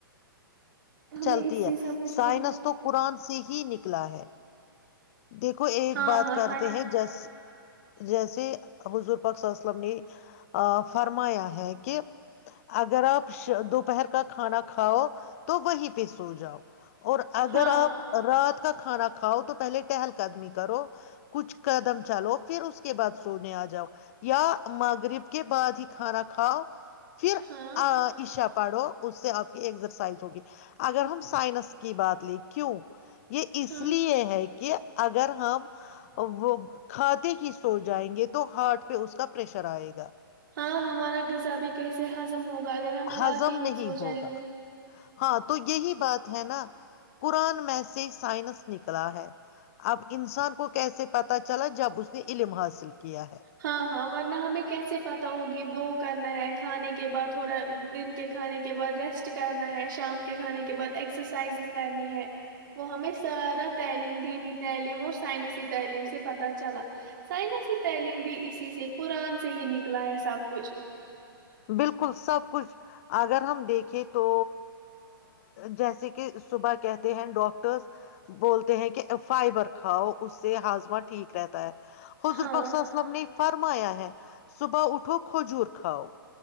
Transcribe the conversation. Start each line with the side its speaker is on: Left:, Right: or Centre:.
Right: ہمیں
Left: چلتی
Right: اس سے
Left: ہے
Right: سب کچھ
Left: سائنس
Right: بول
Left: تو قرآن سے ہی نکلا ہے دیکھو ایک
Right: ہاں
Left: بات
Right: ہاں
Left: کرتے
Right: سائنس
Left: ہیں جیس جیسے حضور پاک صلم نے فرمایا ہے کہ اگر آپ دوپہر کا کھانا کھاؤ تو وہیں پہ سو جاؤ اور اگر
Right: ہاں
Left: آپ رات کا کھانا کھاؤ تو پہلے ٹہل قدمی کرو کچھ قدم چلو پھر اس کے بعد سونے آ جاؤ یا مغرب کے بعد ہی کھانا کھاؤ پھر
Right: ہاں
Left: آ ایشا پڑھو اس سے آپ کی ایکسرسائز ہوگی اگر ہم سائنس کی بات لیں کیوں یہ اس
Right: ہاں
Left: لیے ہے کہ کہ اگر ہم وہ کھاتے ہی سو جائیں گے تو ہارٹ پہ اس کا پریشر آئے گا
Right: ہاں ہمارا غذا بھی کیسے ہضم ہوگا اگر ہم کھا
Left: ہضم
Right: کے ہی
Left: نہیں
Right: سو جائیں
Left: ہوگا
Right: گے
Left: ہاں تو یہی بات ہے نا قرآن میں سے سائنس نکلا ہے اب انسان کو کیسے پتا چلا جب اس نے علم حاصل کیا ہے
Right: ہاں ہاں ورنہ ہمیں کیسے پتا ہوگی کہ وہ کرنا ہے کھانے کے بعد تھوڑا دن کے کھانے کے بعد ریسٹ کرنا ہے شام کے کھانے کے بعد ایکسرسائزز کرنی ہے وہ ہمیں سارا تعلیم دی نہیںی تعلیم اور سائنسی تعلیم سے پت چلا سائنسی تعلیم بھی اسی سے قرآن سے ہی نکلا ہے سب کچھ
Left: بالکل سب کچھ اگر ہم دیکھیں تو جیسے کہ صبح کہتے ہیں ڈاکٹرس بولتے ہیں کہ فائبر کھاؤ اس سے ہاضمہ ٹھیک رہتا ہے حضور
Right: ہاں
Left: پاک صلی اللہ علیہ وسلم نے فرمایا ہے صبح اٹھو کھجور کھاؤ